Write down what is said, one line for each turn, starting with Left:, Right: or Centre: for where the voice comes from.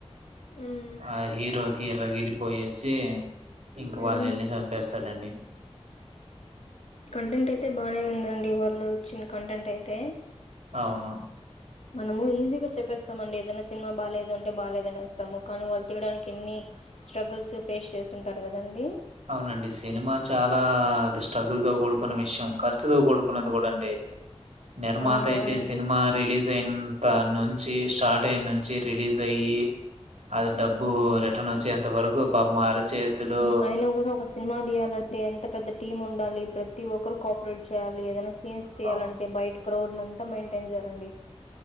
Left: ఉమ్
Right: ఆ హీరోకి కీర్రగిలిపోయేసి ఇంకా
Left: ఉమ్
Right: వాళ్ళు ఎల్లి చంపేస్తారు రండి
Left: కంటెంట్ అయితే బాగానే ఉందండి వాళ్ళు ఇచ్చిన కంటెంట్ అయితే
Right: అవును
Left: మనము ఈజీగా చెప్పేస్తామండి ఏదైనా సినిమా బాలేదంటే బాలేద్ అనేస్తాము కానీ వాళ్ తయడానికి ఎన్ని స్ట్రగుల్స్ ఫేస్ చేస్తుంటారు కదండి.
Right: అవునండి సినిమా చాలా అద్ స్ట్రగుల్ తో కూడుకున్న విషయం ఖర్చుతో కూడుకున్నది కూడా అండి నిర్మాతయితే
Left: ఆ అవునండి
Right: సినిమా రిలీజ్ జెంతా నుంచి షార్ట్ అయినుంచి రిలీజ్ అయ్యి అద్ డబ్బు
Left: ఉమ్
Right: రిటర్న్ ఒచ్చే అంత వరకు పాపం ఆరు చేతిలో
Left: హ్మ్. అయినా కూడా ఒక సినిమా తీయాలంటే ఎంత పెద్ద టీమ్ ఉండాలి ప్రత్ ప్రతి ఒక్కరు కో ఆపరేట్ చేయాలి ఏదనా సిన్స్ తీయాలంటే
Right: అవును
Left: బయట గ్రౌడ్ ని అంతా మెయింటైన్ చేయరండి